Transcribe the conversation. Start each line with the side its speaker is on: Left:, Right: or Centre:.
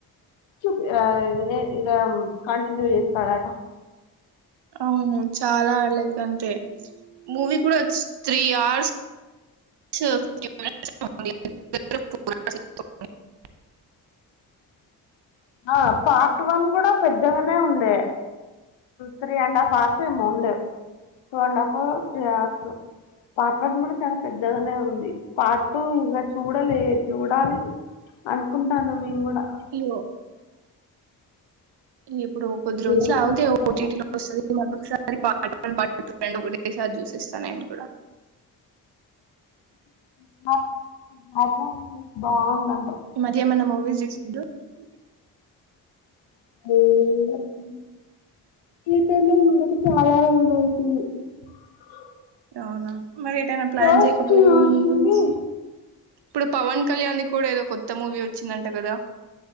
Left: జుపి ఆ ఇగ కంటిన్యూ చేస్తారాట
Right: అవును చాలా లైక్ అంతే మూవీ కూడా త్రీ అవర్స్ <unintelligible>
Left: ఆ పార్ట్ వన్ గూడా పెద్ద న్నే ఉండే త్రీ అండ్ హాఫ్ ఉండే two and half three hours ఓ పార్ట్ వన్ కూడా చాలా పెద్దగానే ఉంది. పార్ట్ టూ ఇక చూడలే, చూడాలి అనుకుంటానం మేము కూడా
Right: <unintelligible> ఇ ఇప్పుడు కొద్ది
Left: దేవుడు
Right: రోజు ఆగితే
Left: అనుకుంటాను
Right: ఓటీటీ
Left: నాకు
Right: లో వస్తది <unintelligible> పార్ట్ వన్ పార్ట్ టూ రెండు ఒకటేసారి చూసేస్తా నేను కూడా
Left: <unintelligible> బాగున్నాం
Right: ఈ మధ్య ఏమైనా మూవీస్ <unintelligible>
Left: <unintelligible>
Right: అవున మరి ఎటైనా ప్లాన్
Left: ఫస్ట్
Right: చేయకుపోరు
Left: చూసింది
Right: <unintelligible> ఇప్పుడు పవన్ కళ్యాణ్ ది కూడా ఏదో కొత్త మూవీ వచ్చిందంట కదా